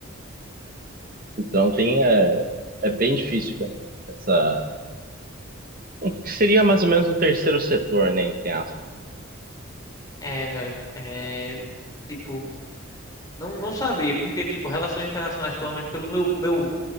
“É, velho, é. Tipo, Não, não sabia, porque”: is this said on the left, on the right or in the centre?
Left